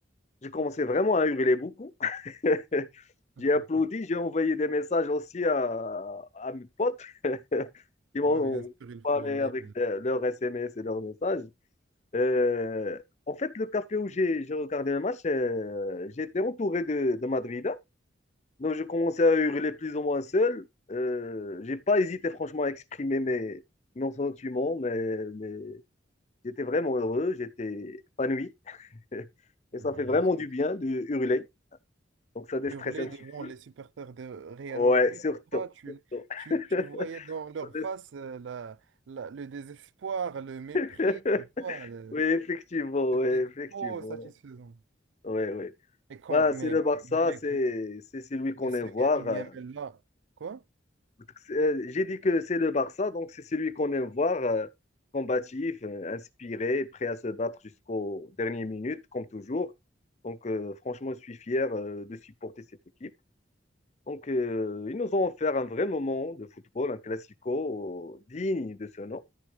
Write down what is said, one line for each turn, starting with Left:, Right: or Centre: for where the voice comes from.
Left: j'ai commencé vraiment à hurler beaucoup. <laughs> J'ai
Right: <laughs>
Left: applaudi, j'ai envoyé des messages aussi à, à mes potes <laughs> qui m'ont
Right: Non, bien sûr, il
Left: parlé
Right: faut les,
Left: avec de- leurs SMS et leurs messages. Euh, en fait, le café où j'ai j'ai regardé le match, euh, j'étais entouré de, de Madrid. Donc, je commençais à hurler plus ou moins seul. Euh, j'ai pas hésité, franchement, à exprimer mes, mes sentiments, mais, mais j'étais vraiment heureux, j'étais épanoui. <laughs>
Right: non,
Left: Et ça fait
Right: bien
Left: vraiment
Right: sûr.
Left: du bien de hurler. Donc, ça déstresse
Right: hurler
Left: un petit
Right: devant
Left: peu.
Right: les supporters de Real
Left: Ouais,
Right: Madrid.
Left: surtout.
Right: Toi, tu,
Left: surtout.
Right: tu,
Left: <laughs>
Right: tu voyais dans leur
Left: Ça
Right: face euh, la, la- le désespoir, le mépris,
Left: déstresse. <laughs>
Right: tu vois. le-
Left: Oui, effectivement,
Right: C'était
Left: oui, effectivement.
Right: trop satisfaisant.
Left: Oui, oui.
Right: Mais quand
Left: Bah,
Right: mais,
Left: c'est le Barça,
Right: mais mec,
Left: c'est
Right: mais-
Left: c'est celui qu'on
Right: mais ce
Left: aime voir.
Right: Yamin
Left: euh,
Right: Yamel là, quoi?
Left: Donc, J'ai dit que c'est le Barça, donc c'est celui qu'on aime voir, euh, combatif, euh, inspiré, prêt à se battre jusqu'aux dernières minutes, comme toujours. Donc euh, franchement, je suis fier euh, de supporter cette équipe. Donc euh, ils nous ont offert un vrai moment de football, un classico euh, digne de ce nom.